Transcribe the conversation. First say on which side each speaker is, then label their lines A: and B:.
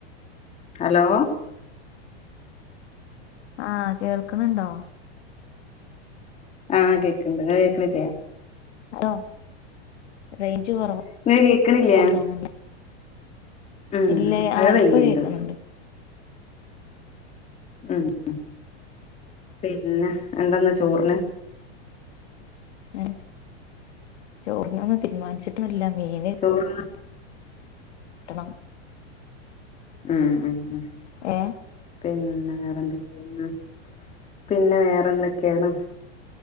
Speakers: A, on the left; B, on the left.
A: ഹലോ
B: ആഹ കേൾക്കണണ്ടോ
A: ആ അതെെ ണ്ട് നി കേൾക്കണില്ല
B: <unintelligible> ആ റേഞ്ച് കുറവാ
A: ഇങ്ങള് കേക്ക്ണില്ലേ?
B: ന്ന് തോന്നുന്നു
A: ഉം
B: ഇല്ലേ
A: മഴ
B: ആ
A: പെയ്യ്ണ്ട്
B: ഇപ്പൊ കേക്ക്ണ് ണ്ട്
A: ഉം ഉം പിന്നെ എന്തന്ന് ചോർന്
B: എ ചോറിനൊന്നും തീരുമാനിച്ചിട്ടുല്ല മീന്
A: ചോറിന്
B: ട്ടണം
A: ഉം ഉം ഉംപിന്നെ
B: ഏ
A: വേറെന്തെക്കേണ് പിന്നെ വേറെന്തൊക്കേണ്